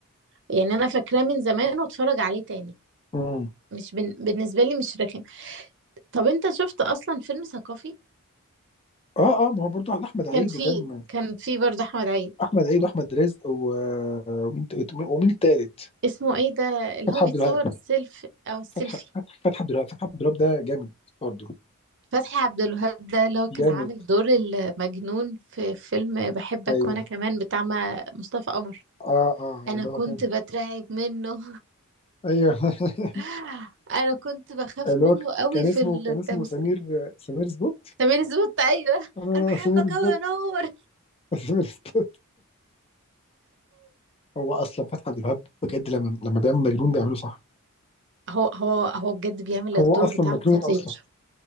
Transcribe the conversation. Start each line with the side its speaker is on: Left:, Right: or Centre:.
Right: يعني انا فاكراه من زمان واتفرج عليه تاني
Left: إمم،
Right: مش بن... بالنسبة لي مش رخم طب انت شفت اصلا فيلم ثقافي
Left: آه، آه، ما هو برضه عن أحمد عيد
Right: كان فيه
Left: وكان
Right: كان فيه برضو احمد عيد
Left: أحمد عيد وأحمد رزق و ومين ت ومين التالت؟
Right: اسمه ايه ده اللي
Left: فتحي
Right: هو بيتصور
Left: عبد الوهاب،
Right: السيلف او السيلفي
Left: فتحي فتحي فتحي عبد الوهاب، فتحي عبد الوهاب ده جامد برضه،
Right: فتحي عبد الوهاب ده اللي هو كان
Left: جامد،
Right: عامل دور المجنون في فيلم بحبك
Left: أيوه،
Right: وانا كمان بتاع ما- مصطفى قمر
Left: آه، آه،
Right: انا
Left: اللي
Right: كنت
Left: هو كان
Right: بترعب منه
Left: أيوه <laughs>
Right: <laughs> انا كنت بخاف
Left: اللي
Right: منه
Left: هو ك
Right: قوي
Left: كان
Right: في
Left: اسمه
Right: التمثيل
Left: كان اسمه سمير سمير سبوت؟
Right: سمير سبوت ايوه
Left: آه،
Right: انا بحبك
Left: سمير سبوت،
Right: قوي يا نور
Left: <laughs> سمير سبوت، هو أصلًا فتحي عبد الوهاب بجد لمّا لمّا بيعمل مجنون بيعمله صح،
Right: هو هو هو بجد بيعمل
Left: هو
Right: الدور
Left: أصلًا
Right: بتاعه
Left: مجنون
Right: خطير
Left: أصلًا،